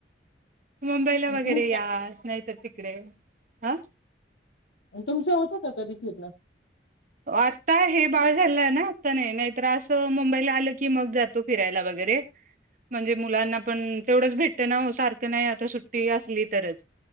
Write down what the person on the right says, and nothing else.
मुंबईला वगैरे
या नाहीतर तिकडे. हा
आता हे बाळ झालं आहे ना आता नाही नाहीतर असं मुंबईला आलं की मग जातो फिरायला वगैरे म्हणजे मुलांना पण तेवढंच भेटत ना सारख नाही आता सुट्टी असली तरच